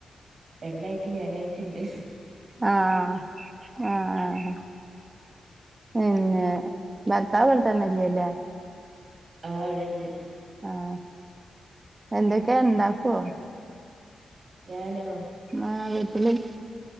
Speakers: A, on the right (about 45°); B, on the right (about 20°).
A: പെണ്ണായിട്ട് ഞാനായിട്ടിണ്ട്
B: ആഹ് ആഹ് ആഹ് പിന്നെ ഭർത്താവ് ഇവിടെ തന്നെയില്ലെല്ലേ
A: ആഹ് ഇവിടെ ഇണ്ട്
B: ആഹ് എന്തൊക്കെ ഉണ്ടാക്കോ
A: ഞാനോ
B: ആഹ് <unintelligible>